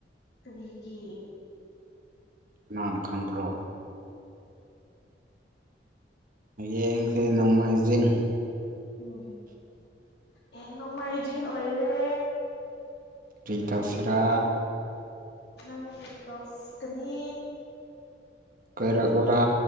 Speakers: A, on the left; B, on the right.
A: ꯀꯔꯤꯒꯤ
B: ꯀꯅꯥꯅ ꯈꯪꯕ꯭ꯔꯣ ꯍꯌꯦꯡꯁꯦ ꯅꯣꯡꯃꯥꯏꯖꯤꯡ
A: ꯎꯝ ꯑꯦ ꯅꯣꯡꯃꯥꯏꯖꯤꯡ ꯑꯣꯏꯔꯦ
B: ꯀꯔꯤ ꯇꯧꯁꯤꯔꯥ
A: ꯅꯪ ꯀꯔꯤ ꯇꯧꯁꯤꯀꯅꯤ
B: ꯀꯣꯏꯔꯛꯎꯔ